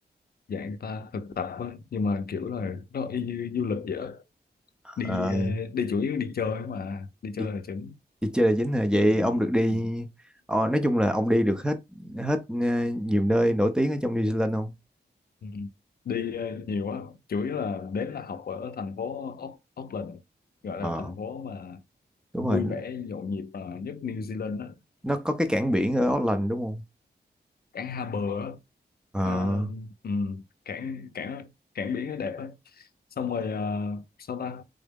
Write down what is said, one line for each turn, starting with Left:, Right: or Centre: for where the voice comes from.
Left: dạng ta thực tập á, nhưng mà kiểu là nó y như du lịch vậy đó. Đi
Centre: Ờ,
Left: ờ, đi chủ yếu đi chơi mà, đi chơi
Centre: đi,
Left: là chính.
Centre: đi chơi là chính hả? Vậy
Left: Ừ,
Centre: ông được đi,
Left: ừ.
Centre: ờ, nói chung là ông đi được hết hết ờ, nhiều nơi nổi tiếng ở trong New Zealand không?
Left: Ừ. Đi ờ, nhiều quá, chủ yếu là đến là học ở thành phố Auck- Auckland, gọi là
Centre: Ờ,
Left: thành phố mà
Centre: đúng
Left: vui
Centre: rồi,
Left: vẻ nhộn nhịp ờ, nhất New Zealand đó.
Centre: nó có cái cảng biển ở Auckland đúng không?
Left: cảng Hà Bờ á
Centre: Ờ,
Left: Ờ, ừ, cảng cảng cảng biển nó đẹp á xong rồi ờ, sao ta